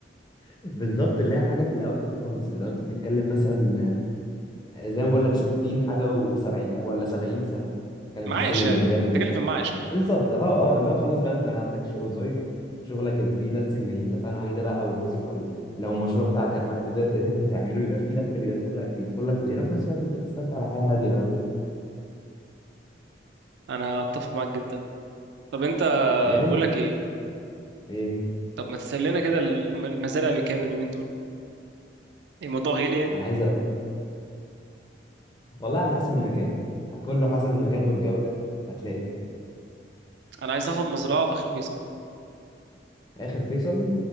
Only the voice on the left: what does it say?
بالظبط اللي هي حاجه في الاواخر خالص اللي هو انت بتتكلم مثلا زي ما بقول لك 60 حاجه و70 ولا 70 سنه بتتكلم
في السن اللي
قدام ده
بالظبط اه اه اللي هو خلاص بقى انت ما عندكش وظايف شغلك الفريلانسنج اللي اتفقنا عليه ده بقى او الوظيفه اللي لو المشروع بتاعك عم- تقدر- قدرت تعمله يبقى في دخل بيدخل لك بيدخل لك من هنا وفي نفس الوقت انت بتستمتع بحياه هاديه بقى كده
يا ريت
ايه
انا عايز أ... والله على حسب المكان يعني كله حسب المكان والجوده هتلاقي
اخر فيصل